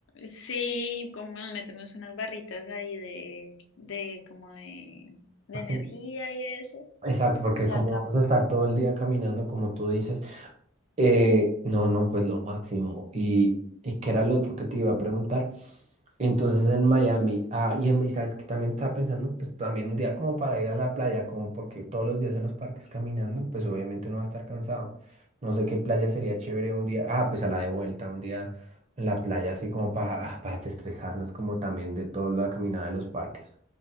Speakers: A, on the left (about 65°); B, on the right (about 30°).
A: Sí, como nos metemos unas barritas ahí de, de como de, de
B: <laughs>
A: energía y eso.
B: Exacto, porque
A: Y
B: como
A: a caminar.
B: vamos a estar todo el día caminando, como tú dices. Eh, no, no, pues lo máximo. ¿Y, y qué era lo otro que te iba a preguntar? Entonces en Miami, ah, y, en- y sabes que también estaba pensando, pues también un día como para ir a la playa, como porque todos los días en los parques caminando, pues obviamente uno va a estar cansado. No sé qué playa sería chévere un día, ah, pues a la de vuelta, un día en la playa, así como para, ah, para desestresarnos, como también de toda la caminada de los parques.